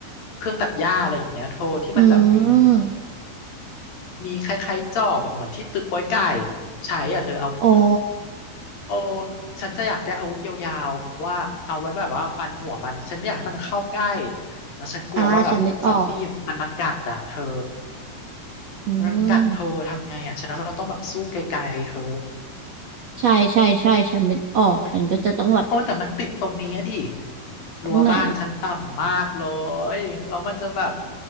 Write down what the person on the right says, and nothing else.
อืม
อ๋อ
อ่าฉันนึกออกอื
ม ใช่ใช่ใช่ฉันนึกออกฉันก็จะต้องแบบ
ตรงไหน